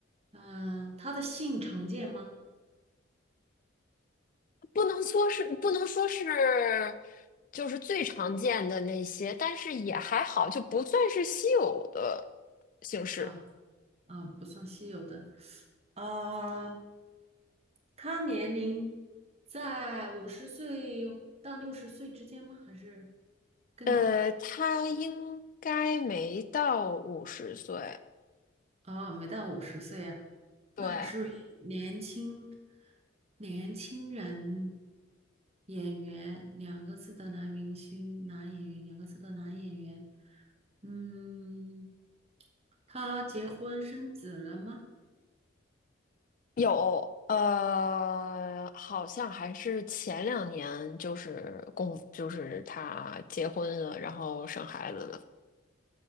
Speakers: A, on the right; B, on the left.
A: 嗯、他的姓常见吗？
B: 不能说是不能说是就是最常见的那些，但是也还好，就不算是稀有的姓氏。
A: 啊啊，不算稀有的。啊，他年龄在五十岁到六十岁之间吗？还是更老？
B: 呃，他应该没到五十岁，
A: 啊，没到五十岁呀。
B: 对，
A: 那还是以年轻年轻人演员两个字的男明星、男演员两个字的男演员。嗯，他结婚生子了吗？
B: 有，呃，好像还是前两年就是公就是他结婚了，然后生孩子了，